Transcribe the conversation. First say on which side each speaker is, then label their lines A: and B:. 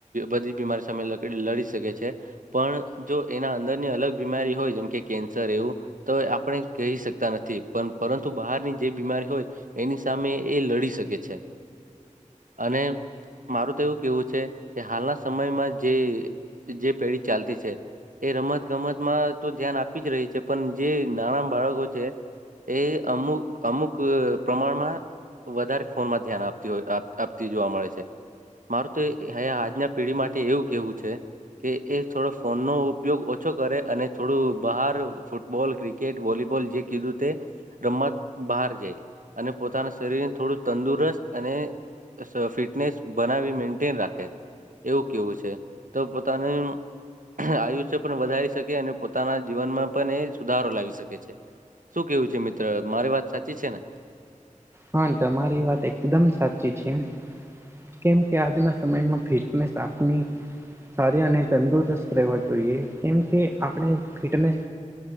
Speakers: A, on the right; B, on the right.
A: બધી બીમારી સામે લડી શકે છે. પણ જો એના અંદરની અલગ બીમારી હોય જેમ કે કેન્સર એવું. તો આપણે કહી શકતા નથી પણ પરંતુ બહારની જે બીમારી હોય. એની સામે એ લડી શકે છે, અને માર તો એવું કેવું છે. કે હાલના સમયમાં જે જે પેઢી ચાલતી છે. એ રમત ગમતમાં તો ધ્યાન આપી જ રહી છે પણ જે નાના બાળકો છે. એ અમુક અમુક પ્રમાણમાં વધારે ફોનમાં ધ્યાન આપતી હોય આપતી જોવા મળે છે. હ આજના પેઢી માટે એવું કેવું છે. કે એ થોડો ફોન નો ઉપયોગ ઓછો કરે અને થોડું બહાર ફૂટબોલ ક્રિક ક્રિકેટ વોલીબોલ જે કીધું તે. રમત બહાર જાય, અને પોતાના શરીરને થોડું તંદુરસ્ત અને ફિટનેસ બનાવી મે રાખે, એવું કેવું છે, તો પોતાને આયુષ્ય પણ વધારી શકે અને પોતાના જીવનમાં પણ એ સુધારો લાવી શકે છે. શું કેવું છે મિત્ર મારી વાત સાચી છે ને?
B: પણ તમારી વાત એકદમ સાચી છે એમ. કેમ કે આજના સમયમાં ફિટનેસ આપની સારી અને તંદુરસ્ત રહે જોઈએ કેમ કે આપણે ફિટને